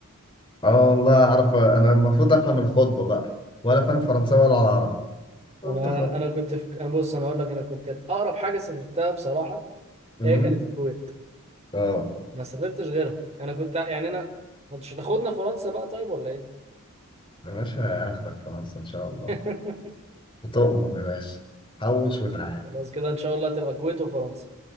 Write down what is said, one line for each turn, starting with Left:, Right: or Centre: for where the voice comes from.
Left: اه والله اعرف انا المفروض افهم الخطبة بقى ولا فاهم فرنساوي ولا العربي قلت
Right: انا
Left: خلاص
Right: انا كنت في انا بص انا اقول لك انا كنت اقرب حاجه سافرتها بصراحه
Left: أمم.
Right: هي كانت الكويت
Left: اه
Right: ما سافرتش غيرها انا كنت ع- يعني انا ما انتش هتاخدنا فرنسا بقى طيب ولا ايه
Left: يا باشا هاخدك فرنسا ان شاء الله
Right: <laughs>
Left: بتؤمر يا باشا حوش وتعالى
Right: خلاص كده ان شاء الله تبقى الكويت وفرنسا